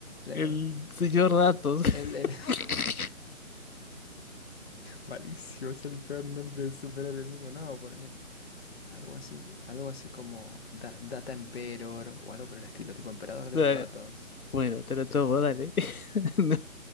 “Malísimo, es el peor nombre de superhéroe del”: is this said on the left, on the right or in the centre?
Left